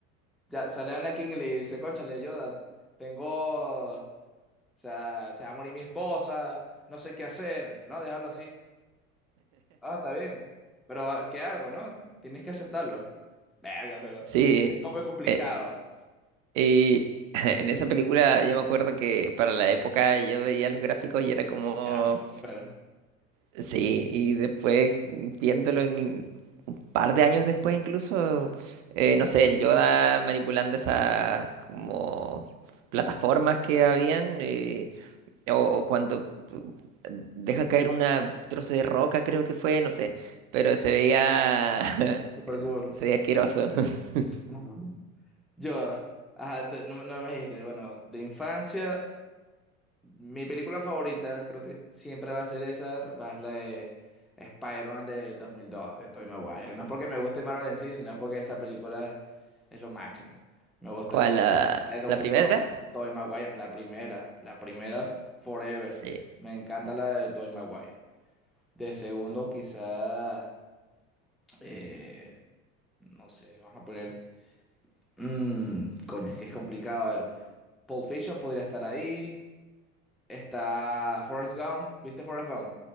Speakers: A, in the centre; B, on the right.
A: Ya sale Anakin y le dice, cónchale, Yoda, tengo, o sea, se va a morir mi esposa, no sé qué hacer, no, déjalo así. Ah, está bien, pero ah, ¿qué hago, no? Tienes que aceptarlo. Verga, pero
B: Sí,
A: es como complicado.
B: eh, y <laughs> en esa película yo me acuerdo que para la época yo veía los gráficos y era como,
A: Éramos súper,
B: sí, y después mm, viéndolo un par de años después incluso, eh, no sé, el Yoda manipulando esas como plataformas que habían, eh, o, o cuando mm, deja caer una trozo de roca creo que fue, no sé, pero se veía,
A: súper
B: <laughs>
A: cool.
B: se veía asqueroso. <laughs>
A: Ujú. Yoda, ajá, te- no, me no me dijiste, bueno, de infancia, Mi película favorita creo que siempre va a ser esa, va es la de Spider-Man del 2002, de Tobey Maguire. No es porque me guste Marvel en sí, sino es porque esa película es lo máximo. Me gusta,
B: ¿Cuál?
A: me encanta
B: ¿La,
A: la de 2002,
B: la primera?
A: Tobey Maguire, la primera, la primera forever.
B: Sí.
A: Me encanta la de Tobey Maguire. De segundo quizá, eh, no sé, vamos a poner... mm, coño, es que es complicado. A ver, Pulp Fiction podría estar ahí. Está Forrest Gump. ¿Viste Forrest Gump?